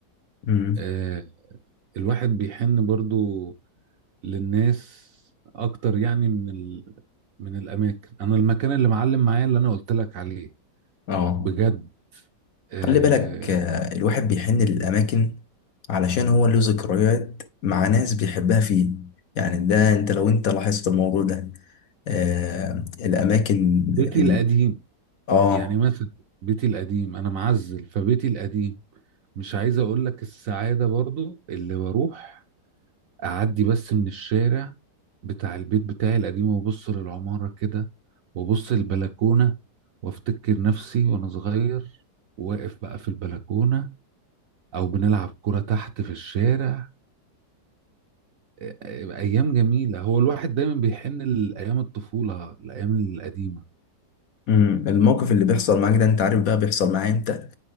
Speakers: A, on the left; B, on the right.
A: مم.
B: آه الواحد بيحن برضو للناس اكتر يعني من ال... من الاماكن انا المكان اللي معلم معايا اللي انا قلت لك عليه
A: اه
B: بجد آه،
A: خلي بالك آه، الواحد بيحن للأماكن علشان هو له ذكريات مع ناس بيحبها فيه يعني ده انت لو انت لاحظت الموضوع ده آه الأماكن
B: بيتي
A: ال...
B: القديم
A: اه
B: يعني مثلا بيتي القديم انا معزل فبيتي القديم مش عايز اقول لك السعادة برضو اللي بروح اعدي بس من الشارع بتاع البيت بتاعي القديم وابص للعمارة كده وابص البلكونة وافتكر نفسي وانا صغير واقف بقى في البلكونة او بنلعب كرة تحت في الشارع آه، آه، ايام جميلة هو الواحد دايما بيحن لايام الطفولة الايام القديمة
A: مم، الموقف اللي بيحصل معاك ده انت عارف بقى بيحصل معايا امتى